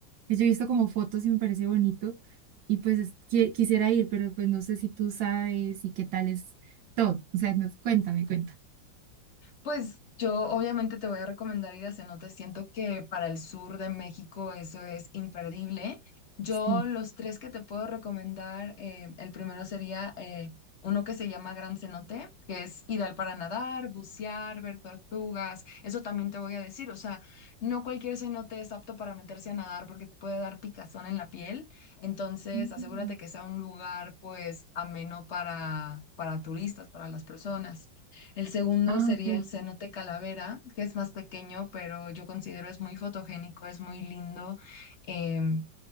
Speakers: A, on the right; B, on the left.
A: Pues Yo he visto como fotos y me parece bonito y pues es- qui- quisiera ir, pero pues no sé si tú sabes y qué tal es todo. O sea, no- cuéntame, cuenta.
B: Pues yo obviamente te voy a recomendar ir a cenotes. Siento que para el sur de México eso es imperdible. Yo
A: Sí.
B: los tres que te puedo recomendar, eh, el primero sería eh, uno que se llama Gran Cenote, que es ideal para nadar, bucear, ver tortugas. Eso también te voy a decir. O sea, no cualquier cenote es apto para meterse a nadar porque te puede dar picazón en la piel. Entonces,
A: Mm.
B: asegúrate que sea un lugar pues ameno para, para turistas, para las personas. El segundo
A: Ah,
B: sería
A: ok.
B: el cenote calavera, que es más pequeño, pero yo considero es muy fotogénico, es muy lindo. em,